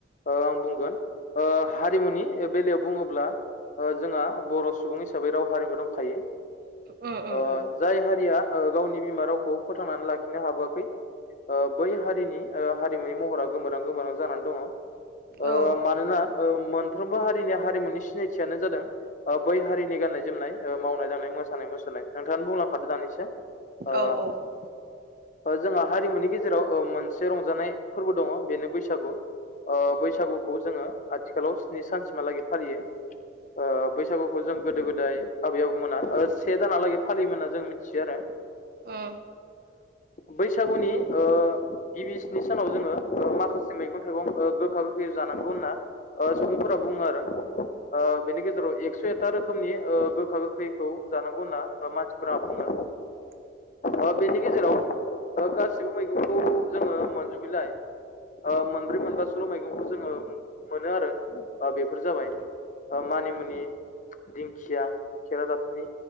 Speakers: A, on the left; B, on the right.
A: ओ आं बुंगोन हारिमुनि बेलायाव बुङोब्ला ओ जोंहा बर' सुबुं हिसाबै राव हारिमु दंखायो
B: उम
A: ओ
B: उम
A: जाय हारिया ओ गावनि बिमा रावखौ फोथांनानै लाखि खिनो हाबोआखै ओ बै हारिनि ओ हारिमुनि महरा गोमोरां गोमोरां जानानै दङ ओ
B: उम औ
A: मानोना ओ मोनफ्रोमबो हारि रिनिया हारिमुनि सिनायथियानो जादों ओ बै हारिनि गाननाय जोमनाय मावनाय दांनाय मोसानाय मुसुरनाय नोंथां बुंलांखादो दानिसो ओ
B: औ औ
A: ओजोंहा हारिमुनि गेजेराव जेराव ओ मोनसे रंजानाय फोरबो दङ बेनो बैसागु ओ बैसागुखौ जोङो आथिखालाव स्नि सानसिमहालागै फालियो
B: <inaudible>
A: ओ बैसागुखौ जों गोदो गोदाय आबै आबौ मोना ओ से दानहालागै फालियोमोन होनना जों मिथियो आरो ।
B: ओ
A: बैसागुनि ओ गिबि स्नि सानाव जोङो ओ माखासे मैगं थाइगं ओ गोखा गोखै जानांगौ होनना ओ सुबुंफोरा बुङो आरो । ओ बेनि गेजेराव एक्स' एथा रोखोमनि ओ गोखा गोखैखौ जानांगौ होनना ओ मानसिफोरा बुङो ।
B: <inaudible>
A: ओ बेनि गेजेराव ओ गासिबो मैगंखौ जोङो मोनजोबैलाय ओ मोनब्रै मोनबासोल'
B: उम
A: मैगंखौ जोङो मोनो आरो ओ बेफोर जाबाय ओ मानिमुनि दिंखिया खरादाफनि